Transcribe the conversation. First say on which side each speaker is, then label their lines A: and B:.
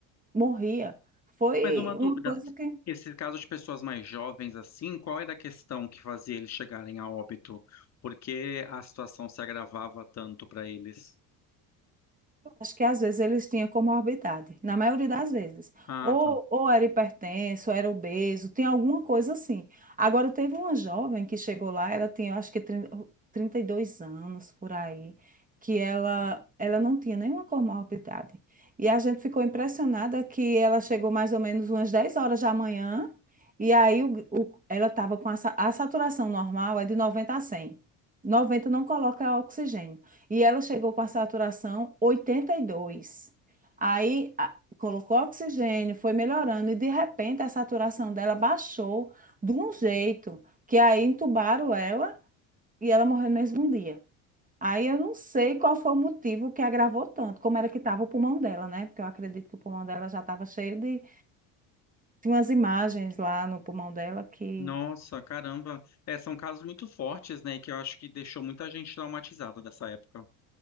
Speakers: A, on the right; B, on the left.
A: morria. Foi
B: Mas uma dúvida.
A: uma coisa que
B: Esse caso de pessoas mais jovens assim, qual era a questão que fazia eles chegarem a óbito? Por que a situação se agravava tanto para eles?
A: Acho que às vezes eles tinham comorbidade, na maioria das vezes.
B: Ah,
A: Ou,
B: tá.
A: ou era hipertenso, ou era obeso, tem alguma coisa assim. Agora, teve uma jovem que chegou lá, ela tinha, acho que 30 32 anos por aí, que ela, ela não tinha nenhuma comorbidade. E a gente ficou impressionada que ela chegou mais ou menos umas 10 horas da manhã, e aí o- o- ela estava com a, sa- a saturação normal é de 90 a 100. 90 não coloca oxigênio. E ela chegou com a saturação 82. Aí a- colocou oxigênio, foi melhorando e de repente a saturação dela baixou de um jeito que aí entubaram ela e ela morreu no mesmo dia. Aí eu não sei qual foi o motivo que agravou tanto, como era que estava o pulmão dela, né? Porque eu acredito que o pulmão dela já estava cheio de. Tinha umas imagens lá no pulmão dela que.
B: Nossa, caramba. É, são casos muito fortes, né? E que eu acho que deixou muita gente traumatizada dessa época.